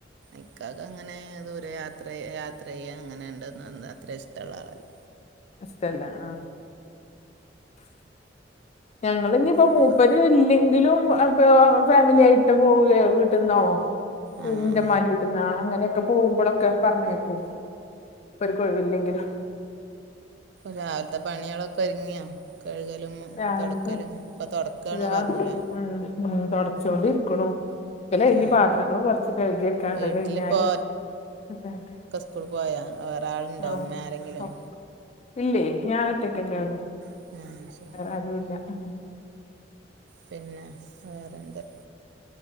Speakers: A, on the right; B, on the left.
A: ഇക്കാക്ക് അങ്ങനെ ദൂരെ യാത്ര യാത്ര ചെയ്യുക അങ്ങനെയുണ്ട് നന്ന അത്ര ഇഷ്ടൊള്ളാളല്ല
B: ഇഷ്ടല്ല ആഹ് ഞങ്ങള് ഇനീപ്പോ
A: ഇപ്പോൾ
B: മൂപ്പര് ഇല്ലെങ്കിലും അപ്പ ഫാമിലി ആയിട്ട് പോവുകയോ വീട്ടിന്നാവോ <unintelligible>
A: ആ ആ
B: ഞാൻ അങ്ങനെക്കെ പോകുമ്പളക്കെ പറഞ്ഞയ്ക്കും ഇവർക്ക് ഒഴുവില്ലെങ്കില്
A: രാവിലത്തെ പണികളൊക്കെ ഒതുങ്ങിയോ കഴുകലും
B: രാവിലത്തെ
A: തൊടക്കലും ഇപ്പൊ തൊടക്കാണ്
B: ഇതാ
A: പറഞ്ഞൂലേ
B: ഉം ഉം തൊടച്ചോണ്ടിരിക്കണു ഇല്ല
A: ആ
B: ഇനി പാത്രങ്ങളും കൊറച്ച് കഴുകി വെക്കാനുണ്ട്
A: വീട്ടിലിപ്പോൾ
B: അത് കഴിഞ്ഞാല് <inaudible>
A: സ്കൂൾ പോയാ വെറെ ആളുണ്ടോ
B: ആ
A: ഉമ്മ ആരെങ്കിലും
B: ഒ ഇല്ലേ ഞാൻ ഒറ്റക്കന്നെ ഉള്ളു
A: <unintelligible>
B: ആരൂല്ല ഇം
A: പിന്നെ വേറെന്താ